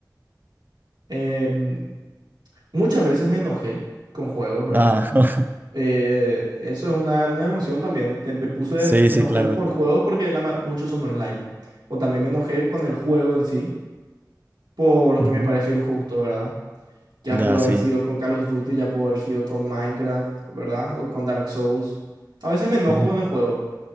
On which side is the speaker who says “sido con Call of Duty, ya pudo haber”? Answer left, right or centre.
Right